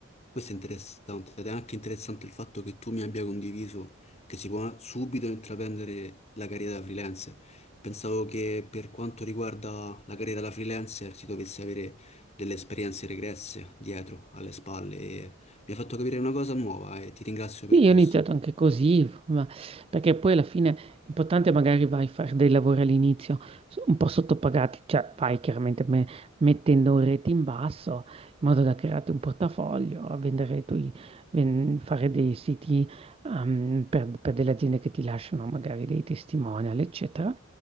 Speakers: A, on the left; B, on the right.
A: Questo è interessante ed è anche interessante il fatto che tu mi abbia condiviso che si può subito intraprendere la carriera da freelancer. Pensavo che per quanto riguarda la carriera da freelancer si dovesse avere delle esperienze regresse dietro, alle spalle. e Mi ha fatto capire una cosa nuova e ti ringrazio
B: Sì,
A: per
B: io
A: questo.
B: ho iniziato anche così, ma perché poi alla fine l'importante è magari vai a fare dei lavori all'inizio s- un po' sottopagati, cioè vai chiaramente me- mettendo un rete in basso in modo da crearti un portafoglio, a vendere tu, i- ven- fare dei siti ehm, per, per delle aziende che ti lasciano magari dei testimonial, eccetera.